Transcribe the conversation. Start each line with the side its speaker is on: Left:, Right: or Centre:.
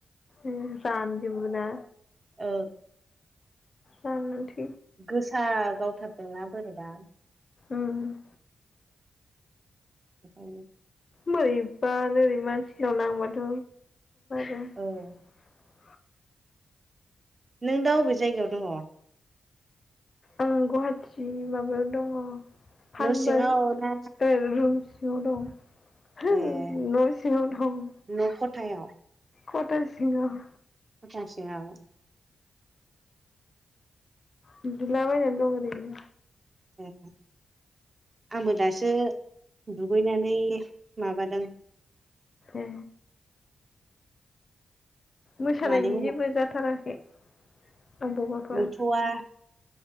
Left: ओम रानजोबोना
Right: औ
Left: राननानै थै
Right: गोसा गावथारदोंना बोरैबा
Left: उम‌ उम
Right: औ
Left: बोरैबा ओरै मानसिनाव नांबाथ है <unintelligible>
Right: औ नों दा अबे जायगायाव दङ
Left: आं गुवाहाटि माबायाव दङ फानबाज
Right: न' सिङाव ना
Left: ओ रुमस नवाव दं हो
Right: ए
Left: न सिङाव दं
Right: न' खथायाव
Left: खथा सिङाव
Right: खथा सिङाव
Left: उनदुला बायनानै दं ओरैनो।
Right: ए आंबो दासो दुगैनानै माबादों
Left: ए। मोसानायनि
Right: मादै
Left: जेबो जाथाराखै अबावबाफोर
Right: गैथ'आ